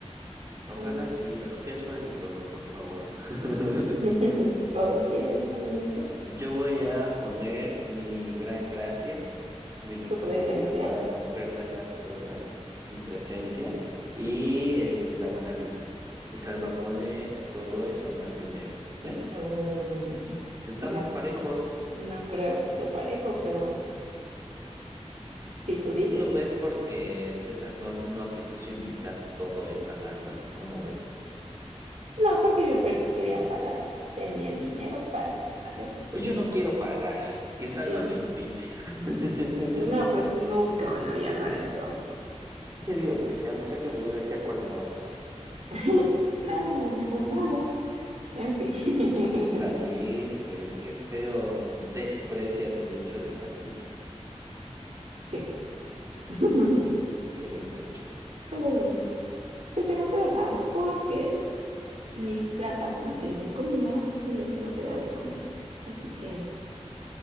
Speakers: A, on the right; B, on the right.
A: Ojalá
B: también.
A: sí, pero que él pague todo, por favor. <laughs>
B: <laughs> Todo quieres también tú.
A: Yo voy a poner mi gran gracia, mi responsabilidad
B: Tu presencia.
A: para no perder las cosas, mi presencia y este, la buena vibra. Y Salva pone todo eso más dinero. ¿Ves?
B: mm,
A: Estamos
B: no,
A: parejos.
B: no creo que esté parejo, pero si tú dices.
A: Tú lo ves porque César no, no te quiso invitar todo él pagándolo, ¿cómo ves?
B: No, porque yo pe- quería pagar. Tenía el dinero para hacerlo.
A: Pues yo no quiero pagar, que Salva
B: Mm,
A: me invite. <laughs>
B: No, pues nunca van a viajar entonces.
A: Yo digo que sí, aunque sea que me lleve aquí a Cuernavaca.
B: <laughs> No, mejor nada. En fin.
A: El chiste es
B: <laughs>
A: salir, Fer, qué feo. Desprecias el hecho de salir,
B: Sí. <laughs> Pero
A: qué grosero.
B: bueno, te tengo que dejar porque Mis gatas no tienen comida y les tengo que dar de comer. Así que